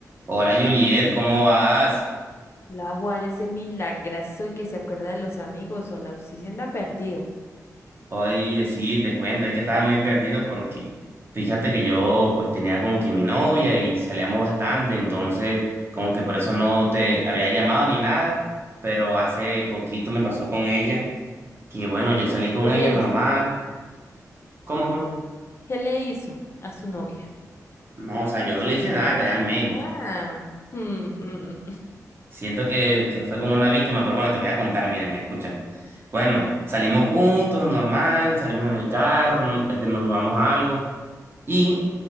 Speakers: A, on the right (about 35°); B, on the left (about 40°).
A: Hola Juliet, ¿cómo vas?
B: La Juan, ese milagrazo que se acuerda de los amigos o la obsesión de ha perdido.
A: Oye, sí, te cuento, es que estaba muy perdido porque fíjate que yo pues tenía como que mi novia y salíamos bastante, entonces como que por eso no te había llamado ni nada, pero hace poquito me pasó con ella, que bueno, yo salí con
B: ¿Qué
A: ella
B: le hizo?
A: normal, ¿cómo, cómo?
B: ¿Qué le hizo a su novia?
A: No, o sea, yo no le hice nada realmente,
B: Ah, mm, mm.
A: siento que, que fue como una víctima, pero bueno, te voy a contar, mira, mira, escúchame. Bueno, salimos juntos, normal, salimos en el carro, este, nos tomamos algo. Y